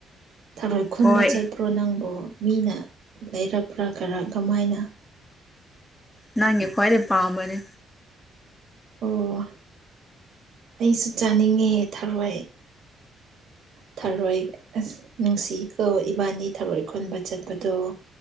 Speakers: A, on the right; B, on the left.
A: ꯊꯔꯣꯏ ꯈꯨꯟꯕ
B: ꯍꯣꯏ
A: ꯆꯠꯄ ꯀ꯭ꯔꯣ ꯅꯪꯕꯨ ꯃꯤꯅ ꯂꯩꯔꯛꯄ꯭ꯔꯥ ꯈꯔꯥ ꯀꯃꯥꯏꯅ
B: ꯅꯪꯪꯦ ꯀꯋꯥꯔ ꯄꯝꯕꯅꯤ
A: ꯑꯣ ꯑꯩꯁꯨ ꯆꯥꯅꯤꯡꯉꯦ ꯊꯔꯣꯏ ꯊꯔꯣꯏ ꯑ ꯅꯨꯡꯁꯤ ꯑ ꯏꯕꯥꯅꯤ ꯊꯧꯔꯣꯏ ꯈꯨꯟꯕ ꯆꯠꯄꯗꯣ